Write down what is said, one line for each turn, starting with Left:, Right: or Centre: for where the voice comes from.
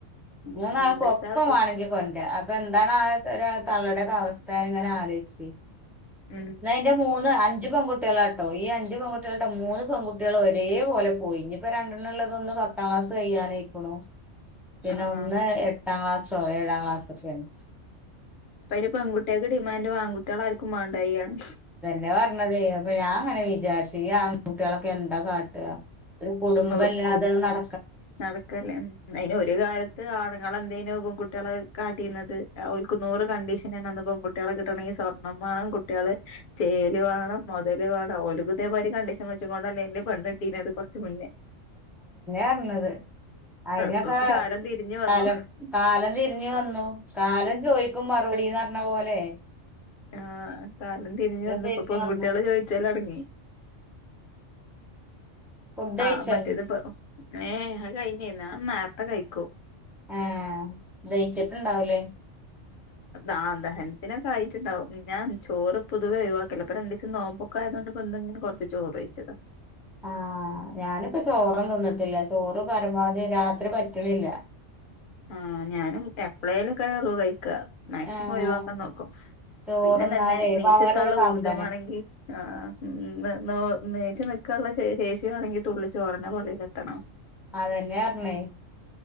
Left: ഉം
Centre: ഇന്ന് ആൾക്ക്
Left: എന്തുട്ടാപ്പൊ
Centre: ഒപ്പംമാേണെങ്കിൽ കൊന് അപ്പൊ എന്താണ് ആ തള്ളയുടെ അവസ്ഥാന ഇങ്ങനെ ആലോചിച്ച
Left: ഉം
Centre: എന്നന്റെ മൂന്ന്അഞ്ച അഞ്ച് പെൺകുട്ടികളാട്ടോ ഈ അഞ്ച് പെൺകുട്ടികൾട്ടോ മൂന്ന് പെൺുട്ടികൾ ഒരേ പോലെ പോയി ഇനിയിപ്പോ രണ്ടെണ്ണുള്ളതൊന്നും പത്താം ക്ലാസ് കഴ്യാനയിക്കണോ പിന്നെ
Left: ആഹ്
Centre: ഒന്ന് എട്ടാം ക്ലാസ്സോ ഏഴാം ക്ലാസ്സൊക്കെയാണ്
Left: അപ്പ പെൺകുട്ടികൊ ഡിമാൻഡ് ആൺകുട്ടികൾ ആർക്കും മേണ്ടായിയാണ്
Centre: തന്നെ പറഞ്ഞതെ അപ്പൊ ഞാൻ ഇങ്ങനെ വിചാരിച്ചും ഈ ആൺകുട്ടിയേളൊക്കെ എന്താ കാട്ടാ ഒരു കുടുംബംമല്ലാതെ
Left: ഔ
Centre: അത് നട
Left: നടക്കല്ലേ ഉം അയിന് ഒരു കാലത്ത് ആണുങ്ങളെന്തേനു <unintelligible> കുട്ടിയളെ കാട്ടിന്നത് ഓൽക്ക് നൂറു കണ്ടീഷനേന്നു അന്ന് പെൺകുട്ടിയളെ കിട്ടണങ്കി. സ്വർണ്ണം മാണം. കുട്ടിയള് ചേല് വേണം മുതല് വേണം ഓൽകുതേമായിരി കണ്ടീഷൻ വെച്ച് കോണ്ടന്നെ ന്നെ പെണ്ണട്ടീനത് കുറച്ച മുന്നേ
Centre: ർണത് അയിനൊക്കെ
Left: ഇപ്പൊ കാലം തിരിഞ്ഞു വന്നു
Centre: കാലം കാലം തിരിഞ്ഞു വന്നു കാലം ചോദിക്കും മറുപടിന്ന് പറഞ്ഞ പോലെ
Left: ആഹ് കാലം തിരിഞ്ഞ് വന്ന്
Centre: തിരിഞ്ഞു
Left: ഇപ്പം പെൺകുട്ടിയേള്
Centre: വന്നു
Left: ചോയിച്ചലൊട്ങ്ങി
Centre: ഫുഡ് കഴിച്ചോ
Left: ആ മറ്റേത്പ്പ ഏഹേ അഹ്കഴിഞ് ഞാ നേര്തെ കഴിക്കും
Centre: ആ ദയിച്ചിട്ട്ണ്ടാവുലേ
Left: ആ ദഹൻത്തിനൊക്കെ ആയിട്ട്ണ്ടാവും ഞാൻ ചോറ് പൊതുവെ ഒഴിവാക്കല പ്പ രണ്ടിസം നോമ്പൊക്ക ആയതോണ്ട് പ്പ ന്തെങ്കിലും കൊർച്ച് ചോറ് വെയിച്ചതാ
Centre: ആ ഞാനിപ്പ ചോറും തിന്നിട്ടില്ല ചോറ് പരമാവ്ധി രാത്രി പ റ്റ്ണില്ല
Left: ആ ഞാനും എപ്പളേലൊക്കെ കഴിക്ക മാക്സിമം
Centre: ആഹ്
Left: ഒഴിവാക്കാൻ നോക്കും
Centre: ചോറുന്നാലേ
Left: പിന്നെ തന്നെ നീച്ക്കാള്ള
Centre: വേറൊരു കമ്പന
Left: ഊർജം വാണെങ്കി ആ മ് നീർ നീച് നി ക്കാൻള്ള ശേഷിമാണെങ്കി തുള്ളി ചോറന്നെ പള്ളേലെത്തണം
Centre: അതന്നെ പർഞ്ഞേ